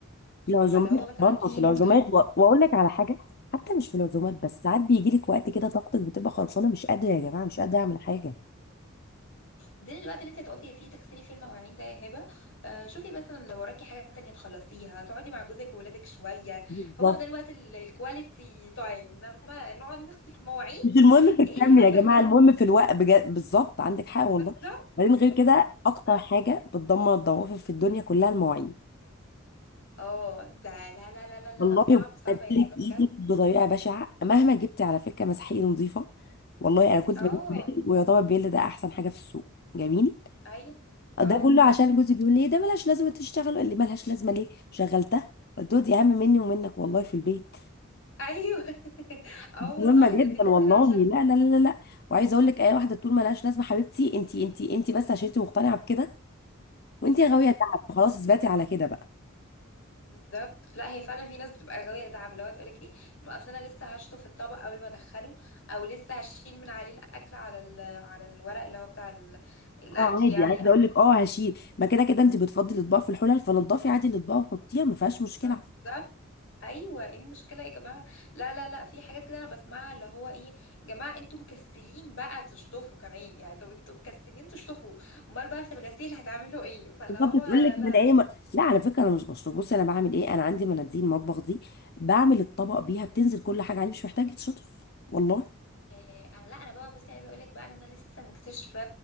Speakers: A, on the left; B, on the left.
A: العزومات
B: فاللي هو مثلا
A: بره
B: ايه
A: في العزومات و- واقول لك على حاجه حتى مش في العزومات بس ساعات بيجي لك وقت كده طاقتك بتبقى خلصانه مش قادره يا جماعه مش قادره اعمل حاجه
B: خدين الوقت اللي انت هتقفي فيه تغسلي فيه المواعين ده يا هبه آه شوفي مثلا لو وراكي حاجه تانية تخلصيها تقعدي مع جوزك وولادك شويه
A: بالظبط
B: هو ده الوقت ال- الكواليتي تايم انما نقعد نغسل في مواعين
A: مش المهم في الكم
B: ايه الهبل
A: يا جماعه
B: ده
A: المهم
B: <laughs>
A: في الوقت بجد بالظبط عندك حق والله
B: بالظبط
A: بعدين غير كده
B: يعني ف...
A: اكتر حاجه بتدمر الضوافر في الدنيا كلها المواعين
B: اه ده لا لا لا لا لا
A: والله
B: لا صعب
A: بتبهدلك
B: صعب يا هبه بجد
A: ايدك بطريقه بشعه مهما جبتي على فكره مسحيق نظيفه والله انا كنت
B: اه
A: بجيب بيل ويعتبر بيل ده احسن حاجه في السوق جميل
B: اي
A: ده
B: اه
A: كله عشان جوزي بيقول لي إيه؟ ده ملهاش لازمه تشتغل قال لي ملهاش لازمه ليه شغلتها قلت له دي اهم مني ومنك والله في البيت
B: ايوه <laughs> اه
A: دي
B: والله
A: مهمه جدا
B: ده دي بصي
A: والله
B: عشان
A: لا لا لا لا لا وعايزه اقول لك اي واحده تقول ملهاش لازمه حبيبتي انت انت انت بس عشان انت مقتنعه بكده وانت يا غاويه تعب خلاص اثبتي على كده بقى
B: بالظبط لا هي فعلا في ناس بتبقى غاوية دعب اللي هو تقولك ايه ما اصل انا لسه هشطه في الطبق اول ما ادخله او لسه هشيل من عليه الاكل على ال... على الورق اللي هو بتاع ال... الاكل
A: اه عادي
B: يعني
A: عايزه
B: قبل
A: اقول لك اه هشيل ما كده كده انت بتفضي الاطباق في الحلل فنضفي عادي الاطباق وحطيها ما فيهاش مشكله
B: ما بالظبط ايوه ايه المشكله يا جماعه لا لا لا في حاجات كده انا بسمعها اللي هو ايه يا جماعه انتوا مكسلين بقى تشطفوا كمان يعني طب انتوا مكسلين تشطفوا امال بقى في الغسيل هتعملوا ايه فاللي
A: بالظبط
B: هو
A: تقول لك من
B: لا
A: ايه مر... لا على فكره انا مش بشطب بصي انا بعمل ايه انا عندي مناديل مطبخ دي بعمل الطبق بيها بتنزل كل حاجه عليه مش محتاجه تشطف والله
B: آه، انا لا انا بقى بصي عايزه اقول لك بقى ان انا لسه مكتشفه